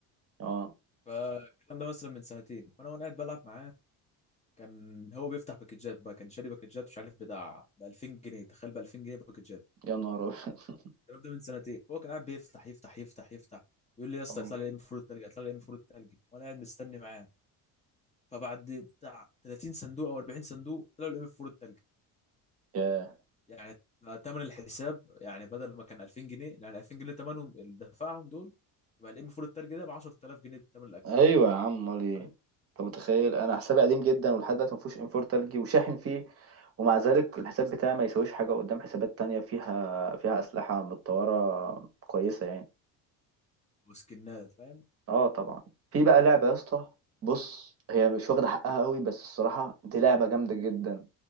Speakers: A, on the right (about 35°); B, on the left (about 20°).
A: اه
B: فالكلام ده مثلا من سنتين فانا وانا قاعد بلعب معاه كان هو بيفتح باكجات بقى كان شاري باكجات مش عارف بتاع ب 2000 جنيه تخيل ب 2000 جنيه باكجات
A: يا نهار أبيض.
B: الكلام ده من سنتين هو كان قاعد بيفتح يفتح يفتح يفتح
A: <laughs>
B: يقول لي يا اسطى
A: اه
B: يطلع لي ام فور التلج يطلع لي ام فور التلج وانا قاعد مستني معاه فبعد بتاع 30 صندوق او 40 صندوق طلعوا الام فور التلج
A: ياه.
B: يعني ثمن الحساب يعني بدل ما كان 2000 جنيه يعني 2000 جنيه ثمنهم اللي دفعهم دول يبقى الام فور التلج ده ب 10000 جنيه ثمن الاكونت
A: ايوه يا عم امال ايه
B: تخيل
A: انت متخيل انا حسابي قديم جدا ولحد دلوقتي ما فيهوش انفور ترجي وشاحن فيه ومع ذلك الحساب بتاعي ما يساويش حاجه قدام حسابات تانية فيها فيها اسلحه متطوره كويسه يعني
B: وسكنات فاهم
A: اه طبعا في بقى لعبة يا اسطى بص هي مش واخدة حقها قوي بس الصراحة دي لعبة جامدة جدا